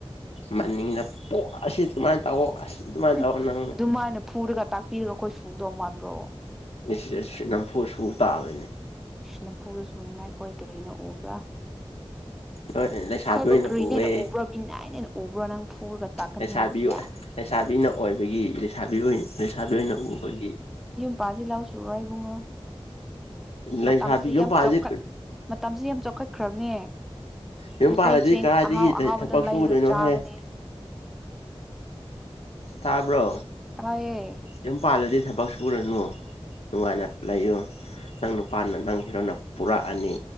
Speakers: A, on the left; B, in the centre.
A: ꯃꯅꯤꯡꯗ ꯄꯣꯛ ꯑꯁꯤ ꯁꯨꯃꯥꯏꯅ ꯇꯧꯑꯣ ꯑꯁ꯫ ꯑꯗꯨꯃꯥꯏꯅ
B: ꯍꯨꯝ
A: ꯇꯧꯋꯣ ꯅꯪ
B: ꯑꯗꯨꯃꯥꯏꯅ ꯐꯨꯔꯒ ꯇꯥꯛꯄꯤꯔꯒ ꯑꯈꯣꯏ ꯁꯨꯗꯧ ꯃꯥꯟꯕ꯭ꯔꯣ꯫
A: ꯏꯁ ꯏꯁ ꯅꯝꯐꯨ ꯁꯨꯕ ꯇꯥꯕꯅꯤ꯫
B: ꯅꯝꯐꯨꯗ ꯁꯨꯅꯤꯡꯉꯥꯏ ꯈꯣꯏ ꯀꯔꯤꯅ ꯎꯕ꯭ꯔꯥ꯫
A: ꯍꫭꯏ ꯂꯩꯁꯥꯕꯤ
B: ꯑꯩꯈꯣꯏꯕꯨ
A: ꯑꫭꯏꯅ
B: ꯀꯔꯤꯅꯦꯅ
A: ꯎꯨꯋ‌ꯦ꯫
B: ꯎꯕ꯭ꯔꯥ ꯃꯤꯅꯥꯏꯅꯦꯅ <unintelligible> ꯎꯕ꯭ꯔꯣ ꯅꯪ ꯐꯨꯔꯒ꯫ ꯇꯥꯛꯀꯅꯤ
A: ꯂꯩꯁꯥꯕꯤ
B: ꯍꯥꯏꯕꯁꯦ
A: ꯂꯩꯁꯥꯕꯤꯅ ꯑꯣꯏꯕꯒꯤ ꯂꯩꯁꯥꯕꯤ ꯂꯩꯁꯥꯕꯤ ꯑꯣꯏꯅ ꯎꯨꯕꯒꯤ꯫
B: ꯅꯨꯄꯥꯁꯨ ꯂꯥꯎ ꯁꯨꯔꯣꯢ ꯏꯕꯨꯡꯉꯣ ꯃꯇꯝꯁꯤ
A: ꯂꯩꯁꯥꯕꯤ ꯌꯨꯝ
B: ꯌꯥꯝ
A: ꯄꯥꯜꯂꯗꯤ
B: ꯆꯥꯎꯈꯠ꯫ ꯃꯇꯝꯁꯤ ꯌꯥꯝ ꯆꯥꯎꯈꯠꯈ꯭ꯔꯝꯅꯦ꯫
A: ꯌꯨꯝ
B: ꯃꯩꯇꯩ
A: ꯄꯥꯜꯂꯗꯤ
B: ꯆꯦꯡ
A: ꯀꯗꯥꯏꯗꯒꯤ
B: ꯑꯍꯥꯎ ꯑꯍꯥꯎꯕꯗꫭ
A: ꯊꯕꯛ ꯁꯨꯒꯗꯣꯏꯅꯣꯍꯦ
B: ꯂꯩꯔꯒ ꯆꯥꯒꯅꯤ꯫
A: ꯇꯥꯕ꯭ꯔꯣ꯫
B: ꯇꯥꯏꯌꯦ꯫
A: ꯌꯨꯝ ꯄꯥꯜꯂꯗꯤ ꯊꯕꯛ ꯁꯨꯔꯅꯨ꯫ ꯅꯨꯡꯉꯥꯏꯅ ꯂꯩꯌꯨ ꯅꯪ ꯅꯨꯄꯥꯅ ꯅꯪ ꯍꯤꯔꯣꯅ ꯄꯨꯔꯛꯑꯅꯤ꯫